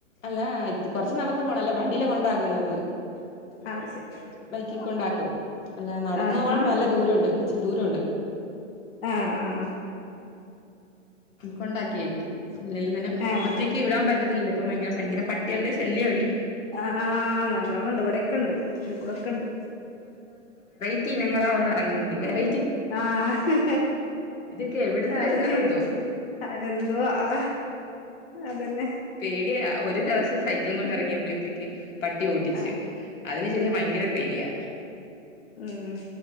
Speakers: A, on the left; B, on the left.
A: അല്ല ഇത്തി കുറച്ചു നടന്ന് പോണം വണ്ടിയിലെ കൊണ്ട് ആക്കുന്നത്.
B: ആഹ് ശരി
A: ബൈക്കിൽ കൊണ്ടാക്കും അല്ലാതെ നടന്നു
B: ആഹ്
A: പോകാൻ
B: ആഹ്
A: നല്ല ദൂരമുണ്ട്. ഇച്ചി ദൂരമുണ്ട്.
B: ആഹ് ആഹ് ഉം
A: കൊണ്ടാക്കിയിട്ടോ അല്ലേലും തന്നെ
B: ആഹ്
A: ഒറ്റയ്ക്ക് വിടാൻ പറ്റത്തില്ലല്ലോ. ഇപ്പൊ ഭയങ്കര ഭയങ്കര പട്ടികളുടെ ശല്യമല്ലേ.
B: ആഹ് നല്ലോണം ഉണ്ട് ഇവിടെ. ക്കെയുണ്ട് ഇവിടൊക്കെയുണ്ട്.
A: റ്റി നിങ്ങളാ വന്ന ഇറങ്ങുന്നത് വെറൈ
B: ആഹ്
A: ഇതൊക്കെ എവിടുന്ന് വരുന്നതാന്തോ
B: അത് ശരി എന്തോ ആ. അതു തന്നെ
A: പേടിയാ ഒരു ദിവസം സൈക്കിൾ കൊണ്ട് ഇറങ്ങിയപ്പൊത്തേക്ക് പട്ടി ഓട്ടിച്ച്
B: ആഹ്
A: അതിനു ശേഷം ഭയങ്കര പേടിയ
B: മ്